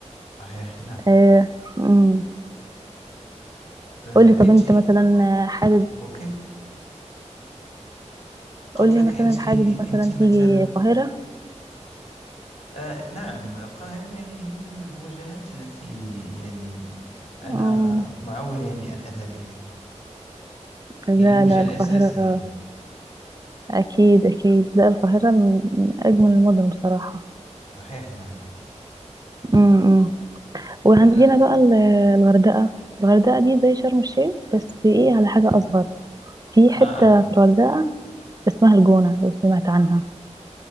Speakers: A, on the left (about 60°); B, on the right (about 30°).
A: صحيح نعم
B: آه، مم.
A: أه،
B: قولي طب
A: أنت
B: انت مثلا آه، حابب
A: أوكي
B: قولي
A: قلت لك
B: مثلا
A: أنت
B: حابب مثلا
A: أنت مثلا
B: تيجي القاهرة
A: آه نعم القاهرة يعني هي من الوجهات التي يعني أنا
B: آه،
A: معول يعني أن أذهب إليها
B: لا
A: هي الوجهة
B: لا
A: الأساسية
B: القاهرة
A: يعني
B: أكيد أكيد لا القاهرة من من أجمل المدن بصراحة
A: صحيح نعم
B: مم. وعندنا
A: أنا
B: بقى ال- الغردقة الغردقة دي زي شرم الشيخ بس ايه على حاجة أصغر في حتة
A: آه
B: في الغردقة اسمها الجونة لو سمعت عنها